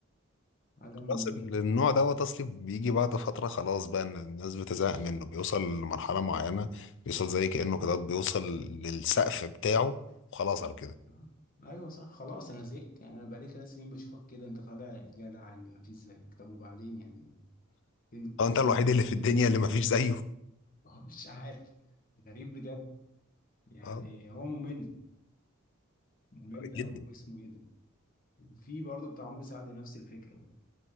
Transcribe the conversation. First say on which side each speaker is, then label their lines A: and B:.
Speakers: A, on the left; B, on the left.
A: حاجه ممله
B: خلاص النوع دوت اصلي بيجي بعد فترة خلاص بقى ان الناس بتزهق منه بيوصل لمرحلة معينة بيوصل زي كأنه كده بيوصل للسقف بتاعه وخلاص على كده
A: اه. ايوه صح خلاص انا زهقت يعني انا بقالي ثلاث سنين بشوفك كده انت طالع الجدع اللي ما فيش زيك طب وبعدين يعني فين التمثيل
B: اه انت الوحيد
A: بقى
B: اللي في الدنيا اللي مفيش زيه
A: هو مش عارف غريب بجد يعني
B: اه
A: هو ممل ممل
B: جدا
A: أوي اسمه ايه ده في برضه بتاع عمرو سعد نفس الفكرة برضه